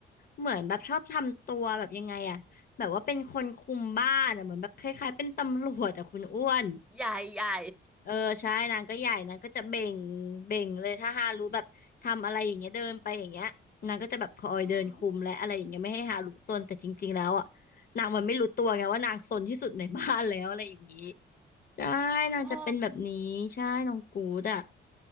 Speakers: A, on the left (about 50°); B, in the centre.
A: เหมือนแบบชอบทำตัวแบบยังไงอ่ะแบบว่าเป็นคนคุมบ้านอ่ะเหมือนแบบคล้ายๆเป็นตำรวจอ่ะคุณอ้วน
B: ใหญ่ใหญ่
A: เออใช่นางก็ใหญ่นางก็จะเบ่งเบ่งเลยถ้าฮารุแบบทำอะไรอย่างเงี้ยเดินไปอย่างเงี้ยนางก็จะแบบคอยเดินคุมและอะไรอย่างเงี้ยไม่ให้ฮารุซนแต่จริงๆแล้วอ่ะ
B: อืม
A: นางมันไม่รู้ตัวไงว่านางซนที่สุดในบ้านแล้วอะไรอย่างงี้ใช่นางจะเป็นแบบนี้ใช่น้องกูดอ่ะ
B: อ๋อ